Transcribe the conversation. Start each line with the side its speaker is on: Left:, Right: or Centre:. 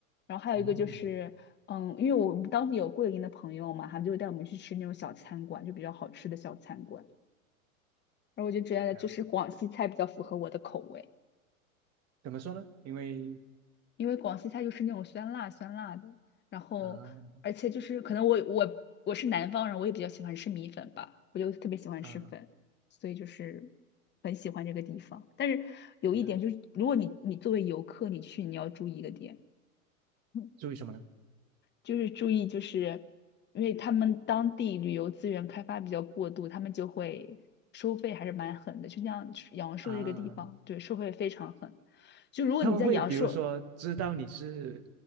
Left: 然后还有一个就是，
Right: 嗯，
Left: 嗯，因为我们当地有桂林的朋友嘛，他们就会带我们去吃那种小餐馆，就比较好吃的小餐馆。然后我就觉得就是广西菜比较符合我的口味。
Right: 呀，怎么说呢？因为
Left: 因为广西菜就是那种酸辣酸辣的，然后而且就是可能我我我是南方人，
Right: 啊
Left: 我也比较喜欢吃米粉吧，我就特别喜欢吃粉，
Right: 啊
Left: 所以就是很喜欢这个地方。但是有一点就是，
Right: 呀，
Left: 如果你你作为游客你去，你要注意一个点，<laughs> 嗯
Right: 注意什么呢？
Left: 就是注意就是因为他们当地旅游资源开发比较过度，他们就会收费还是蛮狠的，就像阳朔这个地方，
Right: 啊，
Left: 对，收费非常狠。就如果你在阳朔，
Right: 他们会比如说知道你是